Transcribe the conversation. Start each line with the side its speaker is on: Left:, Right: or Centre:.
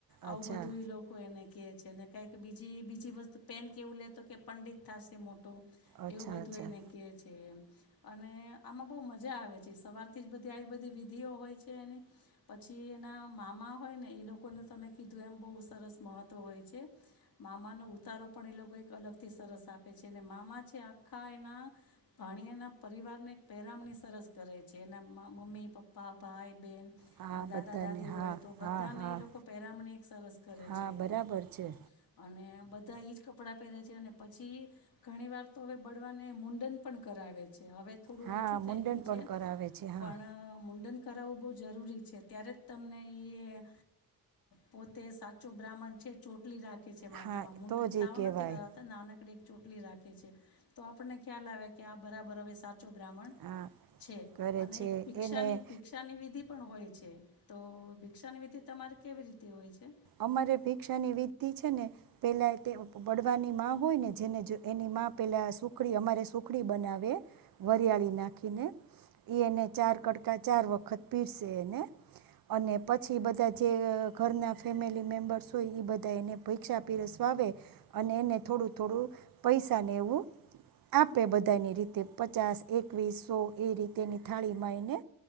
Left: આવું
Right: અચ્છા
Left: બધું ઈ લોકો એને કે છે ને કઈ બીજી બીજી વસ્તુ પેન કેવું લેતો કે પંડિત થશે મો ટો
Right: અચ્છા
Left: એવું બધું
Right: અચ્છા
Left: એને કે છે એમ અને આમાં બહુ મજા મજા આવે છે સવારથી જ બધી આવી બધી વિધિઓ હોય છે એની પછી એના મામા હોય ને એ લોકોને તમે કીધું એમ બહુ સરસ મહત્ત્વ હોય છે મામાનો ઉતારો પણ એ લોકો એક અલગથી સરસ આપે છે અને મામા છે આખા એના ભાણીયાના પરિવારને એક પહેરામણી સરસ કરે છે એના મમ્મી પપ્પા ભાઈ બહેન
Right: હા
Left: એ
Right: બધાને
Left: દાદા દાદી
Right: હા
Left: હોય તો બધાને
Right: હા હા
Left: એ લોકો પહેરામણી એક સરસ કરે
Right: હા
Left: છે
Right: બરાબર
Left: એમ
Right: છે
Left: અને બધા એ જ કપડાં પહેરે છે અને પછી ઘણી વાર તો હવે બળવાને મુંડન પણ કરાવે છે. હવે થોડું
Right: હા
Left: ઓછું થઈ
Right: મુંડન
Left: ગયું છે,
Right: પણ કરાવે છે
Left: પણ
Right: હા
Left: મુુંડન કરાવવું બઉ જરૂરી છે ત્યારે જ તમને એ, પોતે સાચો બ્રાહ્મણ છે ચો ટલી રાખે છે માતામાં
Right: હા
Left: મુંડન
Right: તો
Left: સાવ
Right: જ એ કહેવાય
Left: નથી કરતા નાનકડી ચોટલી રાખે છે, તો આપણને ખ્યાલ આવે કે આ બરાબર હવે સાચો બ્રાહમ
Right: હા
Left: છે,
Right: કરે
Left: અને
Right: છે
Left: એક ભિક્ષાની
Right: એને
Left: ભિક્ષાની વિધિ પણ હોય છે, તો ભિક્ષાની વિધિ તમારે કેવી રીતે હોય છે.
Right: અમારે ભિક્ષાની વિધિ છે ને, પેલા તે બળવાની માં હોય ને જેને એની પેલા સુખડી અમારે સુખડી બનાવે, વરિયાળી નાખીને, એ એને ચાર કડકા ચાર વખત પીરસે એને, અને પછી બધા જે ઘરના ફેમિલી મેમ્બર્સ હોય એ બધા એને પૈક્ષા પીરસવાવે, અને એને થોડું થોડું, પૈસાને એવું આપે બધાની રીતે પચાસ એકવીસ સો એ રીતેની થાળીમાં એને,